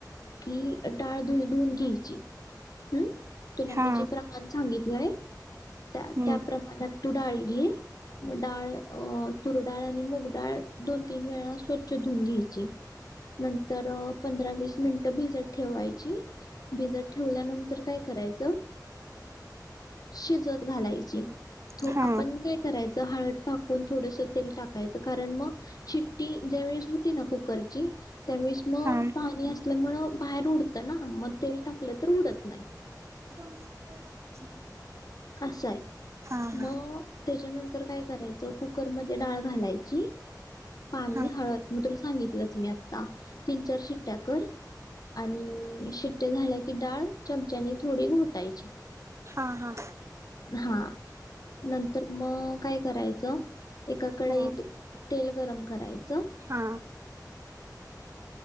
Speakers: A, on the left; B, on the right.
A: की डाळं धुऊन घेयची हंम्म तुला मी
B: हा
A: जे प्रमाण सांगित नाही त्या
B: हम्म
A: त्या प्रमाणात तू डाळी घे म डाळ तुर डाळ आणि मुगडाळ दोन तीन वेळा स्वच्छ धुन घ्यायची नंतर पंधरा वीस मिनिट भिजत ठेवायची भिजत ठेवल्यानंतर काय करायच शिजवत घालायची तो
B: हा
A: आपण काय करायचं हळद टाकून थोडंसं तेल टाकायचं कारण मग शिट्टी ज्यावेेळेस होती ना कुकरची त्यावेळेस मग
B: हा
A: पाणी असतं ल्या मुळं बाहेर उडतं ना मग तेल टाक तर उडत नाही
B: <inaudible>
A: असं आहे
B: हा हा
A: मग त्याच्यानंतर काय करायचं कुकर मध्ये डाळ घालायची पाणी
B: हा
A: हळद मात्र सांगितलंच मी आता तीन चार शिट टॅकर आणि शिट्या शिट्या झाल्या की डाळ चमच्यानी थोडी घोटायची
B: हा हा
A: हा नंतर म काय करायचं एकाकड
B: हा
A: येत तेल गरम करायचं
B: हा